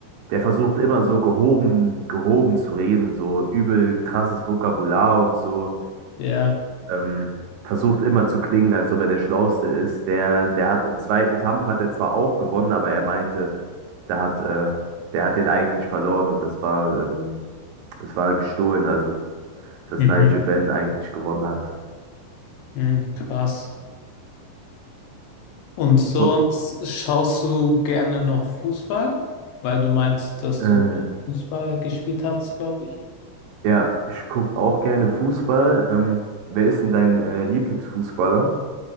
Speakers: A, on the right; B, on the left.
A: der versucht immer so gehoben, gehoben zu reden, so übel krasses Vokabular und so.
B: Ja.
A: Ähm, versucht immer zu klingen, als ob er der Schlauste ist. Der, der hat im zweiten Kampf hat er zwar auch gewonnen, aber er meinte, der hat, äh, der hat den eigentlich verloren und das war, ähm, das war gestohlen, also dass
B: Mhm.
A: Nigel Benn eigentlich gewonnen hat.
B: Mhm. Krass. Und sonst
A: Oh,
B: schaust du gerne noch Fußball, weil du meinst, dass
A: äh,
B: du Fußball gespielt hast, glaube ich.
A: ja, ich gucke auch gerne Fußball. Ähm, wer ist denn dein äh, Lieblingsfußballer?